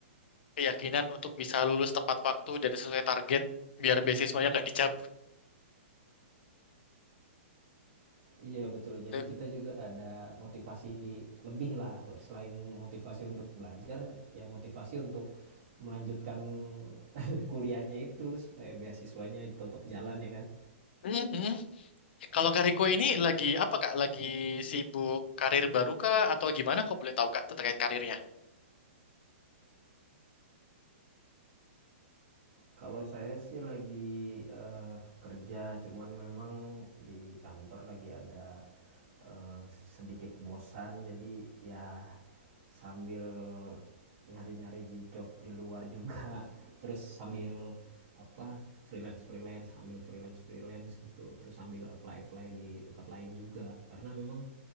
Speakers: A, on the left (about 55°); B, on the right (about 35°).
A: keyakinan untuk bisa lulus tepat waktu dan sesuai target biar beasiswanya nggak dicabut.
B: Iya betul. Jadi
A: <laughs>
B: kita juga ada motivasi lebih lah. Selain motivasi untuk belajar, ya motivasi untuk melanjutkan <laughs> kuliahnya itu supaya beasiswanya tetap jalan ya kan.
A: Mhm. Kalau Kariko ini lagi apa Kak? Lagi sibuk karir baru Kak atau gimana? Kok boleh tahu Kak terkait karirnya?
B: Kalau saya sih lagi eh, kerja, cuman memang di kantor lagi ada eh, sedikit bosan, jadi ya sambil nyari-nyari job di luar juga, <laughs> terus sambil apa freelance freelance, ambil freelance freelance gitu, terus sambil apply apply di tempat lain juga, karena memang